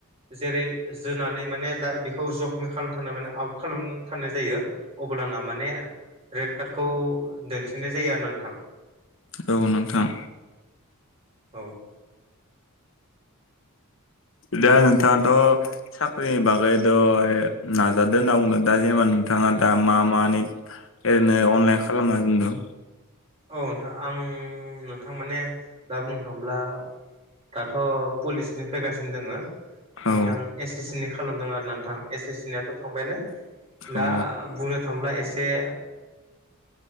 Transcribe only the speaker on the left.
औ नोंथां
दा नोंथाङाथ' साख्रिनि बागै द' नाजादों होनना बुंनो दा जेनेबा नोंथाङा दा मा मानि ओरैनो अनलाइन खालामा दोनदों
औ
औ